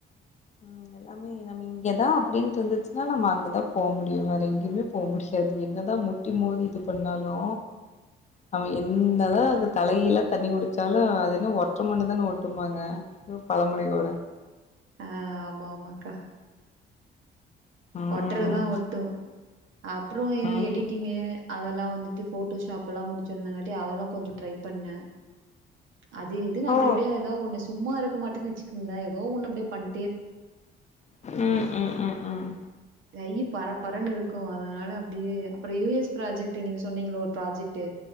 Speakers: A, on the left; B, on the right.
A: உம் எல்லாமே நம்ம இங்கதான் அப்டின்டு இருந்துச்சுன்னா நம்ம அங்கதான் போ முடியு வேற எங்கேயுமே போ முடியாது என்னதான் முட்டி மோதி இது பண்ணாலு நம்ம என்னதான் வந்து தலைகீழ தண்ணி குடிச்சாலும் அது என்ன ஒற்ற மண்ணு தான ஒட்டும்பாங்க பழமொழிக் ஒட
B: அஹ் ஆமா ஆமாக்கா
A: ம்
B: ஒட்டுறதுதான் ஒட்டு அப்பறோ என்ன
A: ம்
B: எடிட்டிங்கு அதெல்லா வந்துட்டு போட்டோஷாப்லாம் முடிச்சிருந்தாங்காட்டி அதெல்லா கொஞ்சோ ட்ரை பண்ணே அது இதுன்னு அப்டி
A: ஓ
B: அப்டியா ஏதோ ஒன்னு சும்மா இருக்க மாட்டேன்னு வச்சுக்கங்களன் ஏதோ ஒன்னு அப்டியே பண்
A: உம் உம் உம் உம்
B: கையி பரப்பரன்னு இருக்கூ அதனால அப்டியே அப்பறோ யு. எஸ் ப்ராஜெக்ட் நீங்க சொன்னீங்களா ஒரு ப்ராஜெக்ட்டு